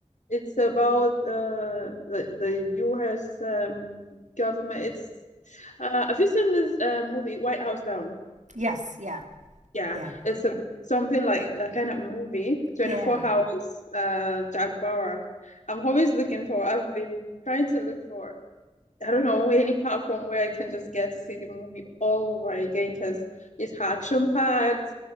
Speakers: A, on the left; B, on the right.
A: it's about uh the the U.S. um government. It's uh, have you seen this uh, movie White House Down?
B: yes yeah
A: Yeah,
B: yeah
A: it's a, something like that kind of movie, 24
B: yeah
A: Hours, uh, Jack Bauer. I'm always looking for, I've been trying to look for, I don't know, any platform where I can just get to see the movie all over again because it's action-packed